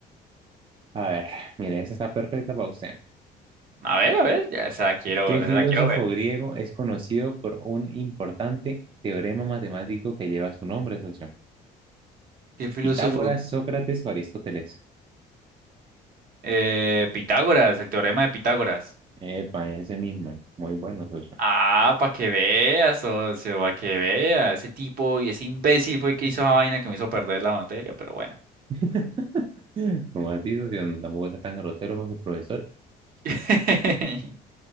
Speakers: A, on the right; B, on the right.
A: A ver, mire, esa está perfecta para usted.
B: a ver, a ver, ya se la quiero,
A: ¿Qué
B: se
A: filósofo
B: la quiero ver.
A: griego es conocido por un importante teorema matemático que lleva su nombre, socio?
B: ¿Qué filósofo?
A: Pitágoras, Sócrates o Aristóteles.
B: Eh, Pitágoras, el teorema de Pitágoras.
A: Epa, ese mismo. Muy bueno, socio.
B: Ah, para que veas, socio, para que vea. Ese tipo y ese imbécil fue el que hizo esa vaina que me hizo perder la materia, pero bueno.
A: <laughs> Como así, socio, no, tampoco está tan grosero con su profesor.
B: <laughs>